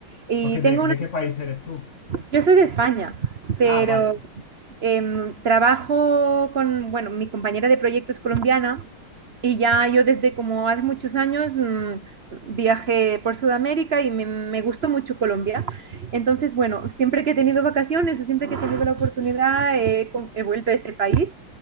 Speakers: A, on the right (about 50°); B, on the left (about 40°).
A: y
B: porque de,
A: tengo
B: ¿de
A: una,
B: qué país eres tú?
A: yo soy de España, pero
B: Ah, vale.
A: em, trabajo con, bueno, mi compañera de proyecto es colombiana y ya yo desde como hace muchos años mm, viajé por Sudamérica y me, me gustó mucho Colombia. Entonces, bueno, siempre que he tenido vacaciones o siempre que he tenido la oportunidad, he, com- he vuelto a ese país.